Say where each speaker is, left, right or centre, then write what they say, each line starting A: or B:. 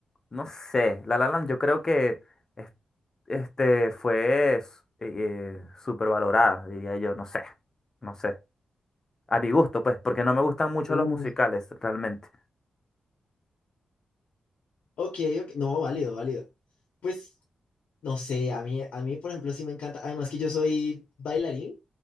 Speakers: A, on the left (about 25°); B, on the left (about 80°).
A: no sé. La, la, land, yo creo que es- este fue eh, súper valorada, diría yo, no sé, no sé. A mi gusto, pues, porque no me gustan mucho los
B: Uf.
A: musicales, realmente.
B: ok, ok. No, válido, válido. Pues, no sé, a mí, a mí, por ejemplo, sí me encanta. Además que yo soy bailarín,